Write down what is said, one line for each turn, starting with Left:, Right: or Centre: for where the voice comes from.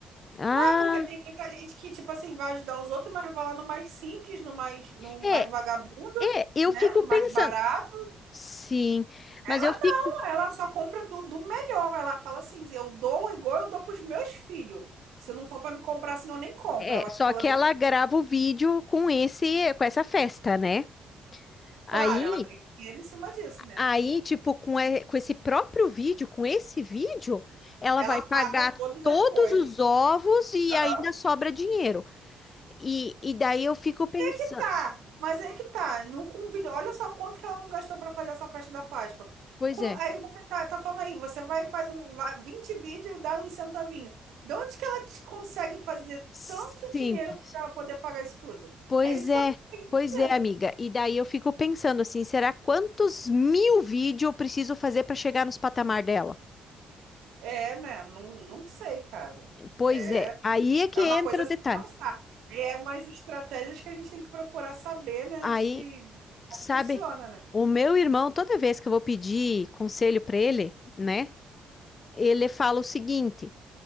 Left: Ah,
Right: Não é porque tem muita gente que, tipo assim, vai ajudar os outros, mas vai lá no mais simples, no mais, no
Left: é,
Right: mais vagabundo,
Left: é, eu
Right: né?
Left: fico
Right: No
Left: pensando.
Right: mais barato.
Left: Sim,
Right: Ela
Left: mas eu fico.
Right: não, ela só compra do, do melhor. Ela fala assim: eu dou igual eu dou para os meus filhos. Se não for para me comprar assim, eu nem compro.
Left: É,
Right: Ela
Left: só
Right: fala
Left: que
Right: bem
Left: ela grava o vídeo com esse, com essa festa, né? Aí,
Right: claro, ela ganha dinheiro em cima disso, né?
Left: aí, tipo, com, e- com esse próprio vídeo, com esse vídeo, ela
Right: Ela
Left: vai
Right: paga
Left: pagar
Right: todas
Left: todos
Right: as coisas.
Left: os ovos e
Right: Aham.
Left: ainda sobra dinheiro. E, e daí eu fico pensando,
Right: E Tá, mas aí que tá. Não convide. Olha só quanto que ela não gastou para fazer essa festa da Páscoa.
Left: pois
Right: Co-
Left: é,
Right: Aí você tá, tá falando aí, você vai e faz um, vai, 20 vídeos e dá um centavinho. De onde que ela te consegue fazer
Left: simples.
Right: tanto dinheiro para poder pagar isso tudo?
Left: Pois
Right: É isso
Left: é,
Right: que eu não consigo
Left: pois
Right: entender.
Left: é, amiga. E daí eu fico pensando assim, será quantos mil vídeos eu preciso fazer para chegar nos patamar dela?
Right: É, né? Não, não sei, cara.
Left: Pois
Right: É,
Left: é, aí é que
Right: é uma coisa
Left: entra
Right: a
Left: o
Right: se
Left: detalhe.
Right: pensar. É umas estratégias que a gente tem que procurar saber, né?
Left: Aí,
Right: De como
Left: sabe,
Right: funciona, né?
Left: o meu irmão, toda vez que eu vou pedir conselho para ele, né, ele fala o seguinte: